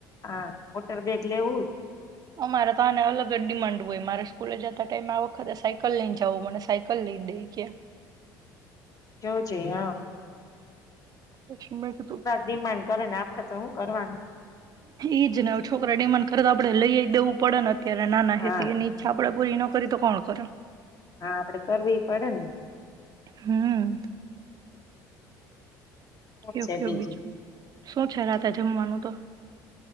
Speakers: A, on the left; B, on the right.
A: હા વોટર બેેગ લેવું.
B: અમારે તો આને અલગ જ ડિમાન્ડ હોય મારે સ્કૂલે જતા ટાઈમે આ વખતે સાયકલ લઈ જવું મને સાયકલ લઈ દઈ કે.
A: જયોજે હ
B: પછી મેં કીધું
A: ડિમાન્ડ કરે ને આપડે તો શું કરવાનું
B: ઈજ ને હવે છોકરા ડીમાન કરે તો આપડે લઈ જ દેવું પડ નથ. અત્યારે નાના
A: હા
B: હે તો એની ઈછા <unintelligible> પૂરી ન કરી તો કોણ કર.
A: હા આપડે કરવી પડે ને.
B: હમ.
A: શું
B: કેવ
A: છે
B: કેવ
A: બીજું
B: બીચમાં સોચ રાહતા જમવાનું તો